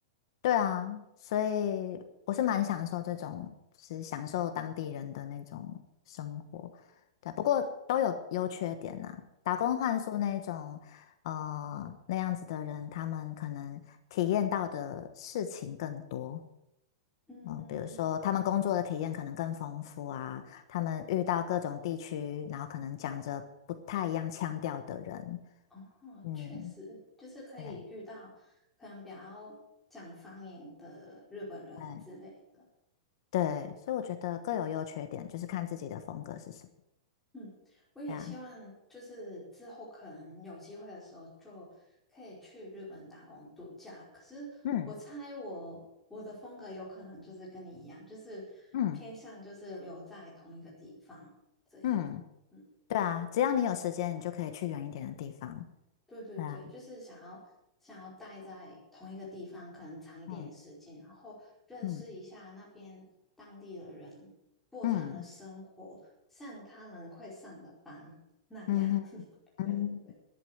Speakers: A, on the left; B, in the centre.
A: 对啊，所以我是蛮享受这种，就是享受当地人的那种生活。对啊，不过都有优缺点呐、打工换宿那种，呃，那样子的人，他们可能体验到的事情更多。
B: 嗯，
A: 嗯、比如说他们工作的体验可能更丰富啊，他们遇到各种地区，然后可能讲着不太一样腔调的人，
B: 哦，
A: 嗯，
B: 确实，就是可以遇到可能比较讲方言的日本人之类的。
A: 对。对对，所以我觉得各有优缺点，就是看自己的风格是什么。
B: 嗯，我也希望就是之后可能有机会的时候就可以去日本打工度假。
A: 对啊，
B: 可是我猜我我的风格有可能就是跟你一样，
A: 嗯
B: 就是偏向就是留在同一个地方这样。
A: 嗯嗯，
B: 嗯，
A: 对啊，只要你有时间，你就可以去远一点的地方。
B: 对对对，
A: 对啊，
B: 就是想要想要待在同一个地方，可能长一点时间，
A: 嗯
B: 然后认识一下那边当地的人，
A: 嗯
B: 过他们的生活，
A: 嗯
B: 像他们会上的班那样。
A: 嗯哼嗯，
B: <laughs> 对对对。